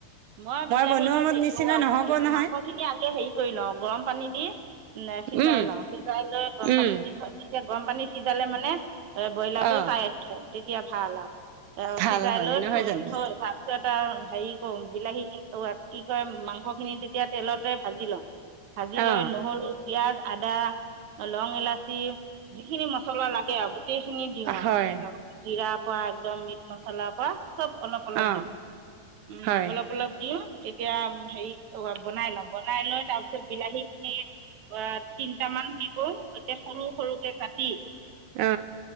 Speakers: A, on the right (about 60°); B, on the right (about 85°).
A: মই বিলাহীটো
B: বনোৱা মত
A: হেৰি
B: নিচিনা
A: কৰ হ
B: নহব নহয়
A: মাংস খিনি আগে হেৰি কৰি লওঁ গৰম পানী দি। ন সিজাই
B: উম
A: লাও সিজাই লৈ গৰম
B: উম
A: পানী দি তেতিয়া গৰম পানীত সিজালে মানে এ ব্ৰইলাৰ টো
B: অ
A: টাইত হয়। তেতিয়া ভাল আৰু অ
B: ভাল
A: সিজাই
B: হয়
A: লৈ
B: নহয়
A: থৈ
B: জানো
A: থাক তাৰ পিছত আৰু হেৰি কৰো বিলাহী কি কয় মাংস খিনি তেতিয়া তেলতে ভাজি লওঁ। ভাজি
B: অ
A: লৈ নহৰু। পিয়াজ আদা লং ইলাচি যিখিনি মছলা লাগে আৰু গোটেইখিনি দিওঁ আৰু
B: হয়
A: ধৰি লওক জিৰা পৰা একদম, মচলা পা চব অলপ অলপ
B: অ
A: দিম উম
B: হয়
A: অলপ, অলপ দিওঁ তেতিয়া হে বনাই লওঁ বনাই লৈ তাৰ পিছত বিলাহী খিনি, অ তিনটামান কি কৰো এয়া সৰু সৰুকে কাটি,
B: অ,